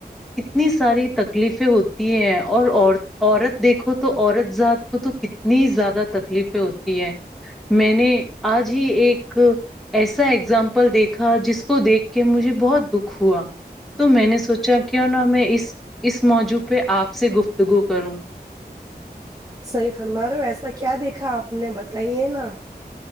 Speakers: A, in the centre; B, on the right.
A: کتنی ساری تکلیفیں ہوتی ہیں اور عورت عورت دیکھو تو عورت ذات کو تو کتنی زیادہ تکلیفیں ہوتی ہیں میں نے آج ہی ایک ایسا اگزامپل دیکھا جس کو دیکھ کے مجھے بہت دکھ ہوا تو میں نے سوچا چ کیوں نہ میں اس اس موضوع پہ آپ سے گفتگو کروں
B: صحیح فرما رہے ہو ایسا کیا دیکھا آپ نے بتائیے نا